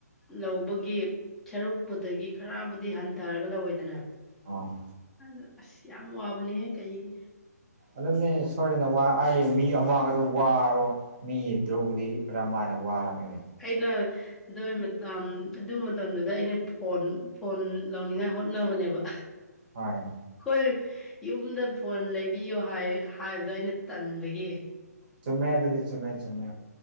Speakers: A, in the centre; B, on the right (about 35°).
A: ꯂꯧꯕꯒꯤ ꯁꯔꯨꯛꯄꯨꯗꯒꯤ ꯈꯔꯕꯨꯗꯤ ꯍꯟꯊꯔꯒ ꯂꯧꯋꯦꯗꯅ
B: ꯑꯥ
A: ꯑꯗꯨ ꯑꯁ ꯌꯥꯝ ꯋꯥꯕꯅꯦꯍꯦ ꯀꯩꯒꯤ
B: ꯑꯗꯨꯅꯦ ꯁꯣꯏꯗꯅ ꯋꯥ ꯑꯩ ꯃꯤ ꯑꯃꯈꯛꯇ ꯋꯥꯔꯣ ꯃꯤ ꯇ꯭ꯔꯨꯛꯕꯨꯗꯤ ꯀꯔꯃꯥꯏꯅ ꯋꯥꯔꯕꯅꯦ
A: ꯑꯩꯅ ꯑꯗꯨꯏ ꯃꯇꯥꯝ ꯑꯗꯨ ꯃꯇꯝꯗꯨꯗ ꯑꯩꯅ ꯐꯣꯟ ꯐꯣꯟ ꯂꯧꯅꯤꯡꯉꯥꯏ ꯍꯣꯠꯅꯕꯅꯦꯕ
B: ꯍꯣꯏ꯫
A: ꯍꯣꯏ ꯌꯨꯝꯗ ꯐꯣꯟ ꯂꯩꯕꯤꯌꯣ ꯍꯥꯏ ꯍꯥꯏꯕꯗꯣ ꯑꯩꯅ ꯇꯟꯕꯒꯤ
B: ꯆꯨꯝꯃꯦ ꯑꯗꯨꯗꯤ ꯆꯨꯝꯃꯦ ꯆꯨꯝꯃꯦ